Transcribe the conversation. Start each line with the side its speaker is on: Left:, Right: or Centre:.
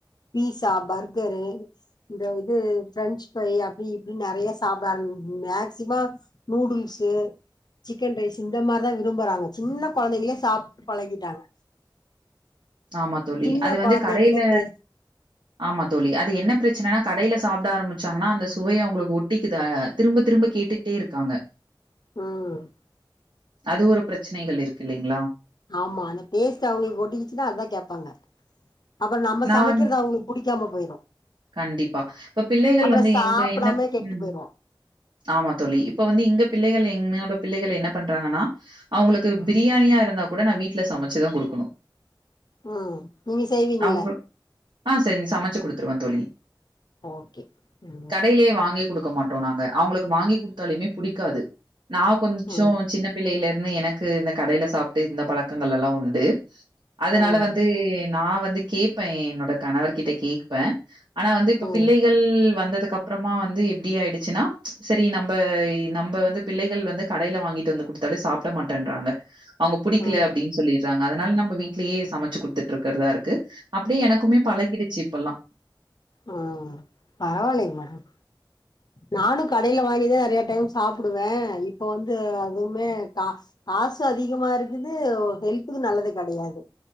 Left: பீஸா பர்கரு இந்த இது பிரெஞ்சு ஃப்ரை அப்டி இப்டி நிறைய சாப்டா ஆரம் மேக்சிம நூடுல்ஸ்சு சிக்கன் ரைஸ் இந்த மாரிதா விரும்புறாங்க சின்ன குழைங்களே சாப்ட்டு பழகிட்டாங்க
Right: ஆமா தோழி
Left: சின்ன
Right: அது வந்து
Left: கொழந்தைங்களே
Right: கடேல
Left: பே
Right: ஆமா தோழி அது என்ன பிரச்சனனா கடைலே சாப்ட ஆரம்பிச்சாங்கன்னா அந்த சுவையே அவங்களுக்கு ஒட்டிக்குது அ அ திரும்ப திரும்ப கேட்டு டே இருக்காங்க
Left: ம்
Right: அது ஒரு பிரச்சனைகள் இருக்கு இல்லைங்ளா
Left: ஆமா அந்த பேஸ்ட் அவங்களுக்கு ஒட்டிகிச்சன்னா அதா கேப்பாங்க அப்புரோ நம்ம
Right: நான்
Left: சமைக்கிறது
Right: வந்
Left: அவங்களுக் புடிக்காம போயிரு
Right: கண்டிப்பா இப்ப பிள்ளைகள்
Left: அப்றோ
Right: வந்து
Left: சாப்டாமயே
Right: எங்க என்ன
Left: கெட்டு
Right: உம்
Left: போயிரு
Right: ஆமா தோழி இப்ப வந்து இங்க பிள்ளைகள் என்னோட பிள்ளைகள் என்ன பண்றாங்கன்னா அவங்களுக்கு
Left: ம்
Right: பிரியாணியா இருந்தா கூட நா வீட்ல சமைச்சி தா குடுக்கணு
Left: ம் நீங்க செய்வீங்கள்ள
Right: அவங்க ஆ செஞ் சமைச்சி குடுத்துருவே தோழி
Left: ஓகே ம்
Right: கடையிலயே வாங்கி குடுக்க மாட் டோ நாங்க அவங்களுக்கு வாங்கி குடுத்தாலுமே புடிக்காது நா கொஞ்சோ
Left: ம்
Right: சின்னப் பிள்ளேயில இருந்து எனக்கு இந்த கடேல சாப்டு இருந்த பழக்கங்கள் எல்லா உண்டு அதனால
Left: ம்
Right: வந்து நா வந்து கேட்பே என்னோட கணவர் கிட்ட கேக்ப ஆனா வந்து இப்ப
Left: ம்
Right: பிள்ளைகள் வந்ததுக்கு அப் அப்புறமா வந்து எப்டி ஆயிடுச்சின்னா சரி நம்பே நம்பே வந்து பிள்ளைகள் வந்து கடேல வாங்கிட்டு வந்து குடு த்தாலு சாப்ட மாட்டேன்றாங்க அவங்க புடிக்கல
Left: ம்
Right: அப்டின்னு சொல்லிறாங்க அதனால நம்ம வீட்லேயே சமைச்சு குடுத்துட்டு இருக்கிறதா இருக்கு அப்டியே எனக்குமே பழகிடுச்சி இப்பல்லா
Left: ஆ பரவாயில்லங்க மேடம் நானு கடேல வாங்கிதா நறைய டைம் சாப்டுவ இப்ப வந்து அதுவுமே கா காசு அதிகமா இருக்குது ஒ ஹெல்த்துக்கு நல்லது கெடையாது